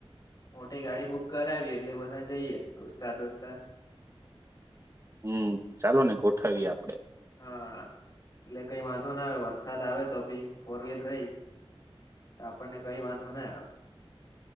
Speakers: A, on the left (about 40°); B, on the right (about 30°).
A: મોટી ગાડી બુક કરાવીએ એટલે બધા જઈએ દોસ્તાર દોસ્તાર
B: હમ ચાલો ને ગોઠવીએ આપડે
A: હા એટલે કઈ વાંધો ના આવે વરસાદ આવે તો ભી ફોર વ્હીલર રેય તો આપણને કઈ વાંધો ના આવે